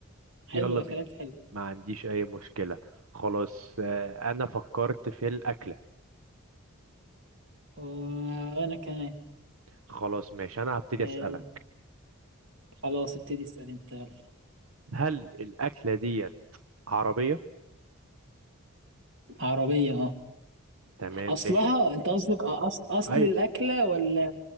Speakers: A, on the right; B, on the right.
A: حلو
B: يلا
A: اكلات
B: بينا
A: حلو
B: ما عنديش اي مشكلة خلاص آه، انا فكرت في الاكلة
A: وانا كمان
B: خلاص ماشي انا هبتدي
A: آه،
B: اسألك
A: خلاص ابتدي اسأل انت يلا
B: هل الاكلة دي عربية
A: عربية اه
B: تمام
A: اصلها
B: مش
A: انت قصدك أص... اصل
B: اي
A: الاكلة ولا